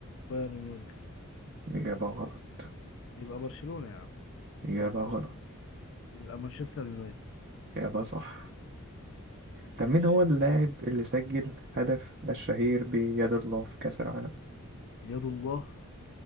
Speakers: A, on the left; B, on the right.
A: بايرن ميونخ
B: إجابة غلط
A: يبقى برشلونه يا عم
B: إجابة غلط
A: يبقى مانشستر يونايتد
B: إجابة صح طب
A: ماشي
B: مين هو اللاعب اللي سجل هدف الشهير بيد الله في كأس العالم
A: يد الله